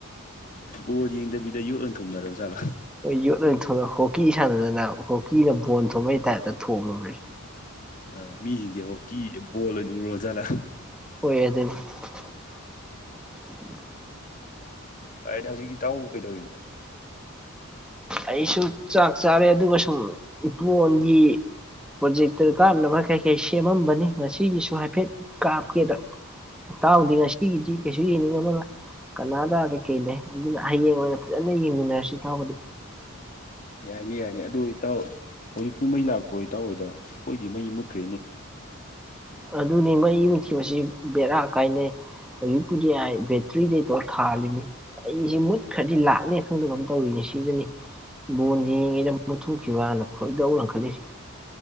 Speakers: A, on the left (about 35°); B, in the centre.
A: ꯕꯣꯜ ꯌꯦꯡꯗꯕꯤꯗ ꯌꯣꯠ ꯑꯣꯏꯅ ꯊꯣꯝꯅꯔꯕ ꯖꯥꯠꯂꯥ
B: ꯍꯣꯏ ꯌꯣꯠ ꯂ ꯑꯣꯏꯅ ꯍꯣꯛꯀꯤ ꯁꯥꯟꯅꯗꯅ ꯍꯣꯛꯀꯤꯅ ꯕꯣꯣꯟ ꯊꯣꯡꯕꯩ ꯇꯥꯏꯞꯇ ꯊꯣꯡꯉꯕ꯭ꯔꯁꯤ
A: ꯑ ꯃꯤꯁꯤꯡꯁꯦ ꯍꯣꯛꯀꯤ ꯕꯣꯜ ꯑꯣꯏꯅ ꯎꯔꯣꯜꯁꯤꯜꯂ
B: ꯍꯣꯏ <inaudible>
A: ꯇꯗꯤ ꯍꯧꯖꯤꯛꯀꯤ ꯏ ꯇꯥꯎ ꯀꯩꯗꯧꯔꯤꯅꯣ
B: ꯑꯩꯁꯨ ꯆꯥꯛ ꯆꯥꯔꯦ ꯑꯗꯨꯒ ꯁꯨꯝ ꯏꯄꯣꯟꯒꯤ ꯄ꯭ꯔꯣꯖꯦꯛꯇꯔ ꯀꯥꯞꯅꯕ ꯀꯩ ꯀꯩ ꯁꯦꯝꯃꯝꯕꯅꯤ ꯉꯁꯤꯒꯤꯁꯨ ꯍꯥꯏꯐꯦꯠ ꯀꯥꯞꯀꯦꯗ ꯇꯥꯎꯗꯦ ꯉ ꯁꯤꯒꯤꯁꯤ ꯀꯩꯁꯨ ꯌꯦꯡꯅꯤꯡꯉ ꯑꯃꯅ ꯀꯅꯥꯗ ꯀꯩꯀꯩ ꯂꯩ ꯑꯗꯨꯅ ꯍꯌꯦꯡ ꯑꯣꯏꯅ ꯐꯖꯅ ꯌꯦꯡꯃꯤꯟꯅꯔꯁꯤ ꯇꯥꯎꯕꯗꯤ
A: ꯌꯥꯏꯅꯤ ꯌꯥꯏꯅꯤ ꯑꯗꯨ ꯑꯣꯏ ꯇ ꯍꯧꯖꯤꯛꯄꯨꯍꯩ ꯂꯥꯛꯄꯣ ꯇꯥꯔꯑꯣꯣꯏꯗ ꯑꯩꯈꯣꯏꯗꯤ ꯃꯩ ꯃꯨꯠꯈ꯭ꯔꯦꯅꯦ <inaudible>
B: ꯑꯗꯨꯅꯤ ꯃꯩ ꯡꯊꯤꯕꯁꯤ ꯕꯦꯔꯥ ꯀꯥꯏꯅꯩ ꯍꯧꯖꯤꯛꯄꯨꯗꯤ ꯑꯩ ꯕꯦꯇ꯭ꯔꯤꯗꯩꯇꯣꯞ ꯊꯥꯜꯂꯤꯅꯤ ꯑꯩꯁꯤ ꯃꯨꯠꯈ꯭ꯔꯗꯤ ꯂꯥꯛꯂꯦ ꯈꯪꯗꯕ ꯑꯃ ꯇꯧꯔꯤꯅꯦ ꯁꯤꯗꯅꯤ ꯕꯣꯟ ꯌꯦꯡꯉꯤꯗ ꯃꯨꯠꯊꯣꯛꯈꯤꯕꯅ ꯈꯣꯏꯗꯧ ꯂꯪꯈꯠꯂꯤꯁꯦ